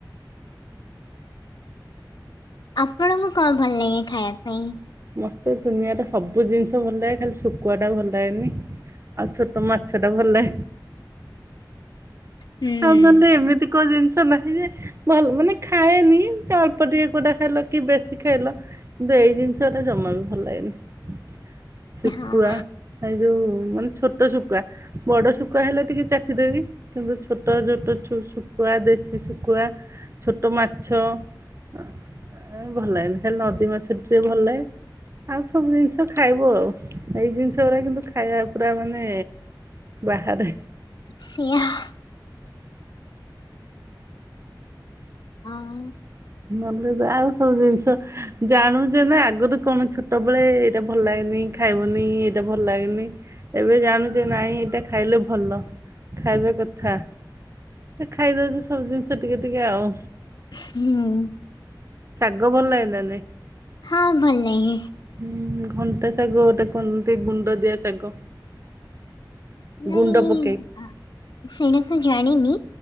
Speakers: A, on the left (about 60°); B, on the right (about 35°).
A: ଆପଣଙ୍କୁ କଣ ଭଲ ଲାଗେ ଖାଇବା ପାଇଁ?
B: ମତେ ଦୁନିଆରେ ସବୁ ଜିନିଷ ଭଲ ଲାଗେ। ଖାଲି ଶୁଖୁଆ ଟା ଭଲ ଲାଗେନି। ଆଉ ଛୋଟ ମାଛଟା ଭଲ ଲା
A: ହୁଁ
B: ଆଉ ନହେଲେ ଏମିତି କୋ ଜିନିଷ ନାହିଁ ଯେ ଭଲ ମାନେ ଖାଏନି ଅଳ୍ପ ଟିକେ କୁଟା ଖାଇଲ କି ବେଶି ଖାଇଲ କିନ୍ତୁ ଏଇ ଜିନିଷଟା ଜମା ବି ଭଲ ଲାଗେନି। ଶୁକୁଆ
A: ହଁ
B: ଏଇ ଯୋଉ ମାନେ ଛୋଟ ଶୁକୁଆ ବଡ ଶୁକୁଆ ହେଲେ ଟିକେ ଚାଟିଦେବି। କିନ୍ତୁ ଛୋଟ ଜୋଟ ଛୋ ଶୁକୁଆ ଦେଶୀ ଶୁକୁଆ ଛୋଟ ମାଛ ଆ ଭଲ ଲାଗେନି ଖାଲି ନଦୀ ମାଛ ଟିକେ ଭଲ ଲାଗେ। <unintelligible> ଆଉ ସବୁ ଜିନିଷ ଖାଇବୁ ଆଉ, ଏଇ ଜିନିଷ ଗୁରା କିନ୍ତୁ ଖାଇବା ପୁରା ମାନେ ବାହାରେ
A: ସୋ ଇ ହା ହଁ।
B: ନହେଲେ ଯାଆ ଆଉ ସବୁ ଜିନିଷ ଜାଣୁଛେ ନା ଆଗରୁ କଣ ଛୋଟ ବେଳେ ଏଇଟା ଭଲ ଲାଗେନି ଖାଇବୁନି ଏଇଟା ଭଲ ଲାଗେନି। ଏବେ ଜାଣୁଛେ ନାଇଁ ଏଇଟା ଖାଇଲେ ଭଲ। ଖାଇବା କଥା ଖାଇଦଉଚୁ ସବୁ ଜିନିଷ ଟିକେ ଟିକେ ଆଉ।
A: ହୁଁ।
B: ଶାଗ ଭଲ ଲାଗେ ନା ନାଇଁ?
A: ହଁ ଭଲ ନାଗେ।
B: ହୁଁ ଘଣ୍ଟା ଶାଗ ଗୋଟେ କୁନ୍ତି ଗୁଣ୍ଡଦିଆ ଶାଗ।
A: ନାଇଁ
B: ଗୁଣ୍ଡ ପକେଇ
A: ଆ, ସେଇଟା ତ ଜାଣିନି